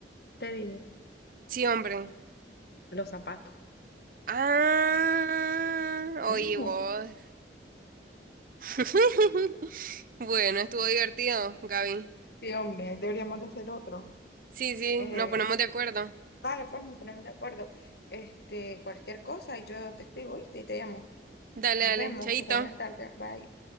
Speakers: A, on the left (about 60°); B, on the right (about 50°).
A: te digo,
B: Sí, hombre.
A: los zapatos.
B: Ah,
A: <laughs>
B: oye vos. <laughs> Bueno, estuvo divertido, Gaby.
A: Sí, hombre, deberíamos de hacer otro.
B: Sí, sí,
A: Eh,
B: nos ponemos de acuerdo.
A: dale, pues nos ponemos de acuerdo. Este, cualquier cosa, yo te escribo, ¿viste? Y te llamo.
B: Dale,
A: Nos
B: dale,
A: vemos,
B: chaito.
A: porque buenas tardes. Bye.